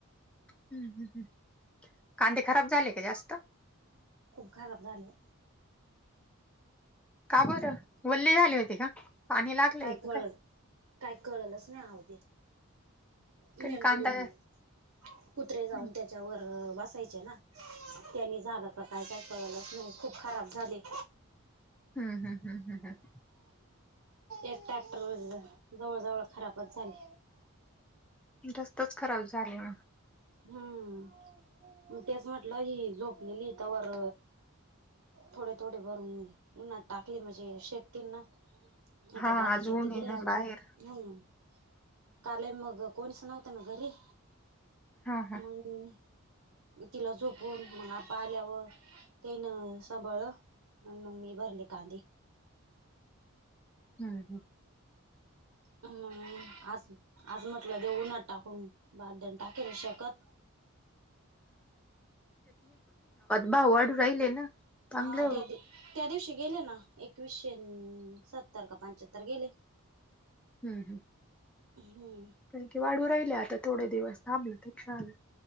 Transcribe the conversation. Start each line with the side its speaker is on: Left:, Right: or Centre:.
Centre: हम्म हम् ह् कांदे खराब झाले का जास्त.
Right: खूप खराब झालं.
Centre: का बर वल्ली झाली होती का. पाणी लागलंय
Right: काय
Centre: का
Right: कळल काय कळलच नाही अवदी. <unintelligible>
Centre: कांदा
Right: कुत्रे जाऊन
Centre: हम्म
Right: त्याच्यावर बसायचे ना. त्यांनी झालं का काय काय कळलंच नाही खूप खराब झाली.
Centre: हम् हम हम हम हम
Right: एक ट्रॅक्टर जवळ जवळ खराबच झाले.
Centre: जास्तच खराब झालं ना
Right: हम्म मग तेच म्हटलं हि झोपलेली तवर थोडे थोडे भरून उन्हात टाकली म्हणजे शे त ना आता
Centre: हा
Right: बाकीचे
Centre: आज ऊन
Right: तिकडे
Centre: ना
Right: आहे. मग
Centre: बाहेर
Right: हम कालय मग कोणीच नव्हतं ना घरी
Centre: हा हा
Right: अ् तिला झोपून मग पा आल्यावर तेन त्वा मुळे मंग मी भरले कांदे
Centre: हम् ह.
Right: ह आज आज म्हटलं देऊ उन्हात टाकून बारदान. टाकेल शकेत.
Centre: भाऊ वाडू राहिले ना- चांगले
Right: हा त्या दि त्या दिवशी गेले ना एकवीसशे सत्तर का पंच्याहत्तर गेले.
Centre: हम् हम्.
Right: हम्म.
Centre: पण ते वाढू राहिले आता थोडे दिवस थांबले तरी चालेल.